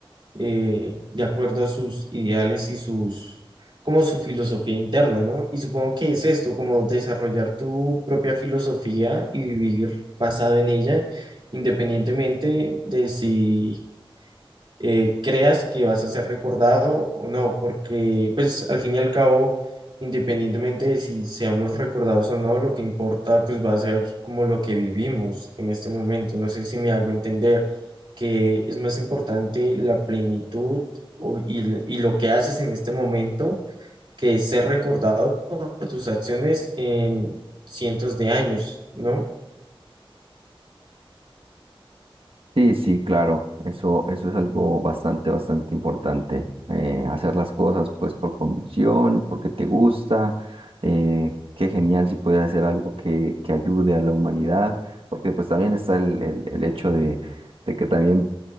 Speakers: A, on the right; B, on the right.
A: eh, de acuerdo a sus ideales y sus, como su filosofía interna, ¿no? Y supongo que es esto, como desarrollar tu propia filosofía y vivir basado en ella, independientemente de si eh, creas que vas a ser recordado o no, porque pues al fin y al cabo, independientemente de si seamos recordados o no, lo que importa pues va a ser como lo que vivimos en este momento. No sé si me hago entender que es más importante la plenitud o- y, y lo que haces en este momento que ser recordado por tus acciones en cientos de años, ¿no?
B: Sí, sí, claro, eso, eso es algo bastante, bastante importante. eh, hacer las cosas pues por convicción, porque te gusta. eh, qué genial si puedes hacer algo que, que ayude a la humanidad, porque pues también está el, el, el hecho de, de que también